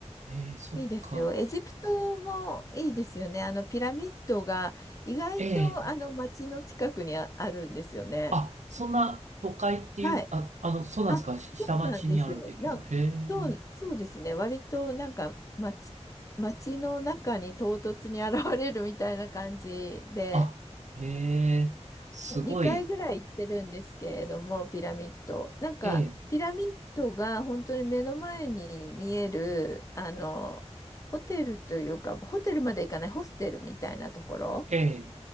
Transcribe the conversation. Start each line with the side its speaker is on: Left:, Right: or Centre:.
Right: ええそっか。
Left: いいですよ。エジプトもいいですよね。あのピラミッドが意外とあの街の近くにあ、
Right: ええ
Left: あるんですよね。
Right: あ、そんな都会っていう、
Left: はい。
Right: あ、あの、そうなんですか。
Left: あ、
Right: し下町にある的な。
Left: そうなんですよ。なんそう、
Right: へえ。
Left: そうですね。割となんか街、街の中に唐突に現れるみたいな感じで、
Right: あ、へえ、すごい。
Left: 2回ぐらい行ってるんですけれども、ピラミッド。なんか、
Right: ええ、
Left: ピラミッドが本当に目の前に見える、あの、ホテルというか、ホテルまで行かない、ホステルみたいなところ、
Right: ええ、